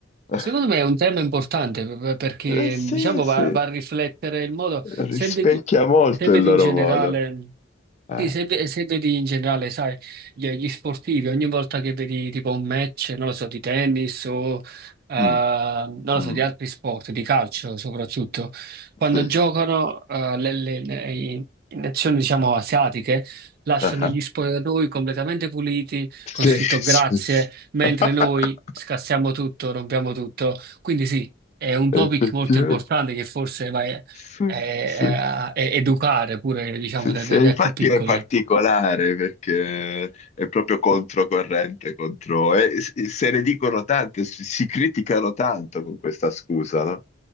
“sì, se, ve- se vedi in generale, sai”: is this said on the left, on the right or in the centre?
Right